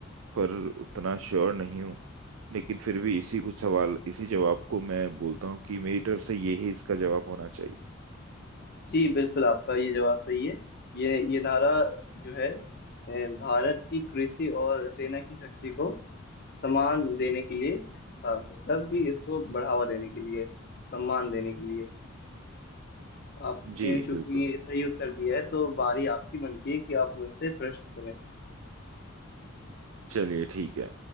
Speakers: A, on the right; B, on the left.
A: पर उतना श्योर नहीं हूँ लेकिन फिर भी इसी कुछ सवाल इसी जवाब को मैं बोलता हूँ कि मेरी तरफ से यही इसका जवाब होना चाहिए
B: जी बिल्कुल आपका ये जवाब सही है ये ये नारा जो है अ, भारत की कृषि और सेना की शक्ति को सम्मान देने के लिए था मतलब कि इसको बढ़ावा देने के लिए सम्मान देने के लिए आपने
A: जी
B: चूंकि
A: बिल्कुल
B: सही उत्तर दिया है तो बारी आपकी बनती है कि आप मुझसे प्रश्न करें
A: चलिए ठीक है